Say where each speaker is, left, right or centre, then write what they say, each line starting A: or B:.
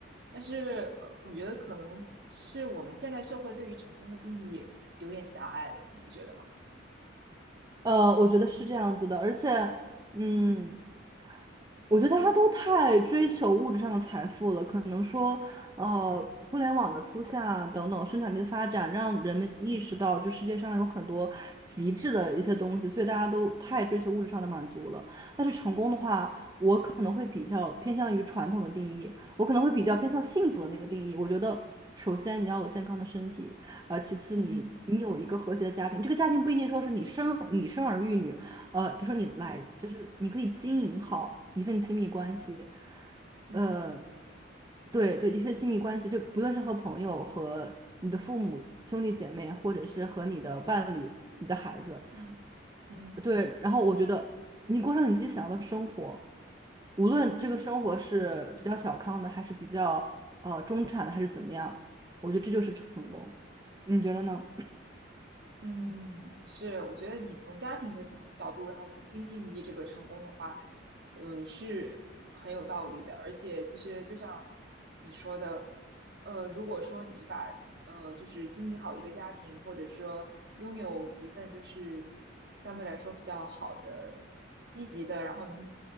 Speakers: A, on the right; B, on the right.
A: 但是，呃，我觉得可能是我们现代社会对于成功的定义有点狭隘了，你不觉得吗？
B: 呃，我觉得是这样子的，而且，嗯，
A: 嗯
B: 我觉得大家都太追求物质上的财富了，可能说，呃，互联网的出现啊等等，生产力的发展，让人们意识到，就世界上有很多极致的一些东西，所以大家都太追求物质上的满足了。但是成功的话，可能会比较偏向于传统的定义，我可能会比较偏向幸福的那个定义。我觉得，首先你要有健康的身体，呃，其次你你有一个和谐的家庭，
A: 嗯。
B: 这个家庭不一定说是你生你生儿育女，呃，比如说你来就是你可以经营好一份亲密关系，
A: 嗯嗯嗯
B: 呃，对对，一份亲密关系，就不论是和朋友、和你的父母、兄弟姐妹，或者是和你的伴侣、你的孩子。
A: 嗯嗯
B: 对，然后我觉得你过上你自己想要的生活，无论这个生活是比较小康的，
A: 嗯
B: 还是比较呃中产的，还是怎么样，我觉得这就是成功。你觉得呢？
A: 嗯，是，我觉得你从家庭的角度，然后重新定义这个成功的话，呃，是很有道理的。而且，其实就像你说的，呃，如果说你把呃，就是经营好一个家庭，或者说拥有一份就是相对来说比较好的、积极的，然后能